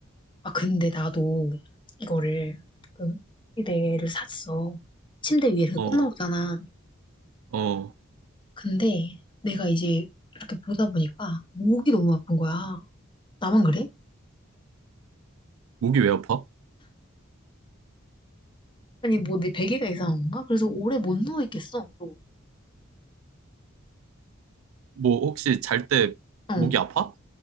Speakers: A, on the left; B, on the right.
A: 아, 근데 나도 이거를, 그, 침대를 샀어. 침대 위에 이렇게
B: 어,
A: 꽂는 거잖아.
B: 어.
A: 근데 내가 이제 이렇게 보다 보니까 목이 너무 아픈 거야. 나만 그래?
B: 목이 왜 아파?
A: 아니, 뭐 내 베개가 이상한 건가? 그래서 오래 못 누워 있겠어. 또.
B: 뭐 혹시 잘 때
A: 어.
B: 목이 아파?